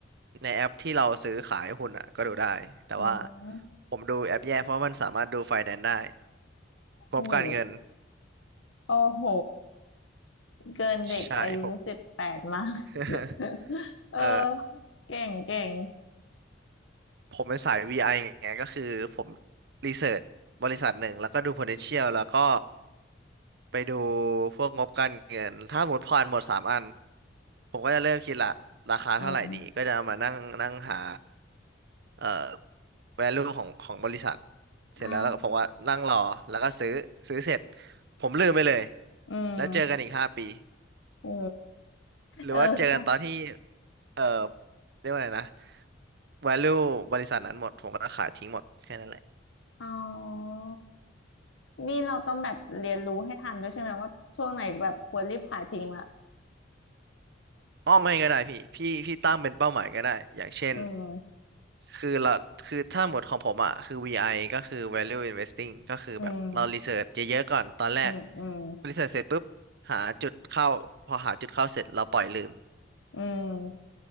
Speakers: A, on the right (about 60°); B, on the left (about 80°).
A: ในแอปที่เราซื้อขายหุ้นอ่ะก็ดูได้แต่ว่า
B: อ๋อ
A: ผมดูแอปแยกเพราะมันสามารถดูไฟแนนซ์ได้
B: โอ้โห
A: งบการเงิน
B: โอ้โห เกินเด็กอายุสิบแปดมาก
A: ใช่ผม <laughs>
B: <laughs> เออ
A: เอ่อ
B: เก่งเก่ง
A: ผมเป็นสาย VI ไอไงก็คือผมรีเสิร์ชบริษัทหนึ่งแล้วก็ดู potential แล้วก็ไปดูพวกงบการเงินถ้าหมดผ่านหมดสามอันผมก็จะเริ่มคิดละราคาเท่าไหร่ดีก็จะเอามานั่งนั่งหา
B: อืม
A: เอ่อ value ของของบริษัทเสร็จแล้วแล้วผมว่านั่งรอแล้วก็ซื้อซื้อเสร็จ
B: อ่า
A: ผมลืมไปเลย
B: อืม
A: แล้วเจอกันอีกห้าปี
B: โอ้
A: หรือว่าเจอกันตอนที่
B: เออใช่
A: เอ่อ เรียกว่าไรนะ value บริษัทนั้นหมด ผมก็ขายทิ้งหมดแค่นั้นแหละ
B: อ๋อ นี่เราต้องแบบเรียนรู้ให้ทันด้วยใช่ไหมว่าช่วงไหนแบบควรรีบขายทิ้งละ
A: อ้อไม่ก็ได้พี่พี่ พี่ตั้งเป็นเป้าหมายก็ได้ อย่างเช่น
B: อืม
A: คือเรา คือถ้าหมดของผมอ่ะคือ VI ก็คือ value investing ก็คือแบบ
B: อืม
A: เรารีเสิร์ชเยอะๆก่อน ตอนแรก
B: อืมอืม
A: รีเสิร์ชเสร็จปุ๊บ หาจุดเข้า พอหาจุดเข้าเสร็จ เราปล่อยลืม
B: อืม